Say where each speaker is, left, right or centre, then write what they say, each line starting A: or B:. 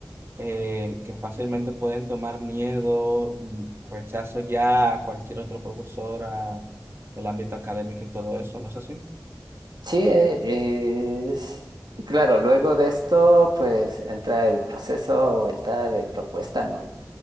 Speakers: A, on the right; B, on the right.
A: eh, que fácilmente pueden tomar miedo, mm, rechazo ya a cualquier otro profesora del ámbito académico y todo eso, ¿no es así?
B: Sí, eh, es... Claro, luego de esto, pues entra el proceso o vuelta de propuesta, ¿no?